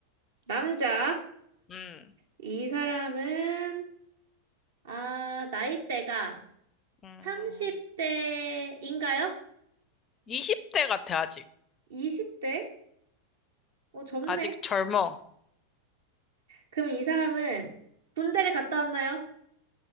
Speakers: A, on the right; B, on the left.
A: 남자.
B: 음,
A: 이 사람은 아, 나이대가
B: 음,
A: 30대인가요?
B: 20대 같아, 아직.
A: 20대? 어, 젊네.
B: 아직 젊어.
A: 그럼 이 사람은 군대를 갔다 왔나요?